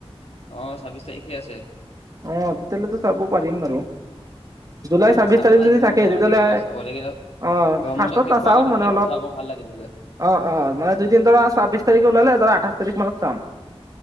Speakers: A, on the left (about 75°); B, on the right (about 35°).
A: অ', চাব্বিছ তাৰিখে আছে।
B: অ', তেতিয়াহ'লেটো চাব পাৰিম বাৰু। জুুলাই
A: অ
B: চাব্বিশ
A: চাবা
B: তাৰিখ যদি
A: এনেও
B: থাকে তেতিয়া
A: আজিকালি
B: হ'লে
A: আৰু চাব লাগে
B: অ',
A: গৰম
B: ফাৰ্ষ্টত
A: বন্ধ শেষ
B: নাচাও
A: হোৱাৰ আগতে
B: মানে
A: যদি
B: অলপ
A: এখন চাব ভাল লাগে নিজে।
B: অ', অ', মানে দুদিন ধৰা চাব্বিশ তাৰিখ ওলালে ধৰা আঠাইছ তাৰিখ মানত চাম।